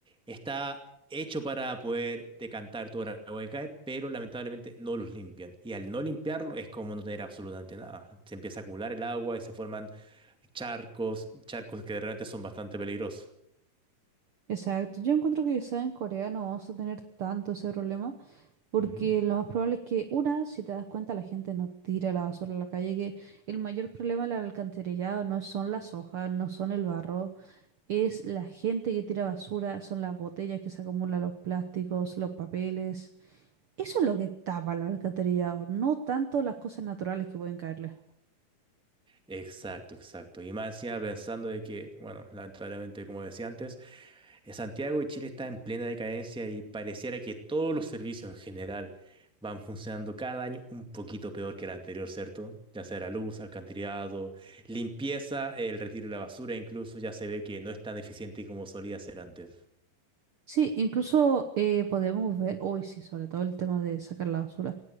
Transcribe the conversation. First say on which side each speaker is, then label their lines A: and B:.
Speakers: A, in the centre; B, on the right.
A: está hecho para poder decantar toda el agua que cae, pero lamentablemente no los limpian. Y al no limpiarlo es como no tener absolutamente nada. Se empieza a acumular el agua y se forman charcos, charcos que de repente son bastante peligrosos.
B: Exacto, yo encuentro que quizá en Corea no vamos a tener tanto ese problema, porque
A: Ujú.
B: lo más probable es que, una, si te das cuenta, la gente no tira la basura a la calle, que el mayor problema del alcantarillado no son las hojas, no son el barro, es la gente que tira basura, son las botellas que se acumulan, los plásticos, los papeles. Eso es lo que tapa el alcantarillado, no tanto las cosas naturales que pueden caerle.
A: Exacto, exacto. Y más encima pensando de que, bueno, lamentablemente, como decía antes, En Santiago de Chile está en plena decadencia y pareciera que todos los servicios en general van funcionando cada año un poquito peor que el anterior, ¿cierto? Ya sea la luz, alcantarillado, limpieza, el retiro de la basura, incluso ya se ve que no es tan eficiente como solía ser antes.
B: Sí, incluso eh, podemos ver, hoy sí, sobre todo el tema de sacar la basura,